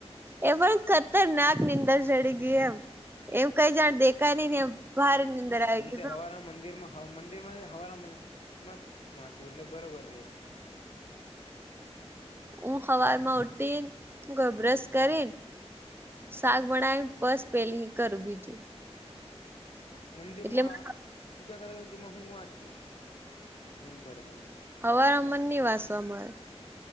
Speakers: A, on the right (about 20°); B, on the left (about 60°).
A: એ પણ ખતરનાક નીંદર ચડી ગય એમ, એમ કઈ જાણ દેખાય નહી ને એમ. ભારે નીંદર આવી
B: હું
A: ગઈ
B: તે હવારા મંદિર માં. હ મંદિર માં હવાના મત વાંચવ્યું એટલે બરોબર રહે.
A: ઊ હવાર માં ઉઠીને બ્રસ કરી ને. શાક બનાાય બસ પેલી કર બીજું.
B: મંદિરમાં
A: એટલે મને
B: પૂજા કરાવ તેમાં હું વાંચલું, મન પડે તેમાં.
A: હવારમાં મને ની વાંચવા મળે.